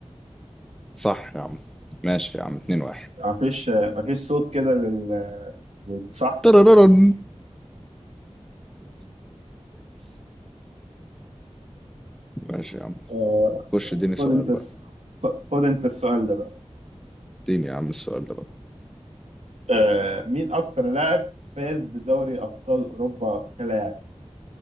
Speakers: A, in the centre; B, on the right (about 70°).
A: صح يا عم ماشي يا عم 2 1
B: ما فيش ما فيش صوت كده لل- للصح
A: ترررن ماشي يا عم
B: آه
A: خش اديني
B: خد
A: سؤال
B: انت
A: بقى
B: الس- خد انت السؤال ده بقى
A: اديني يا عم السؤال ده بقى
B: آه مين اكتر لاعب فاز بدوري ابطال اوروبا كلاعب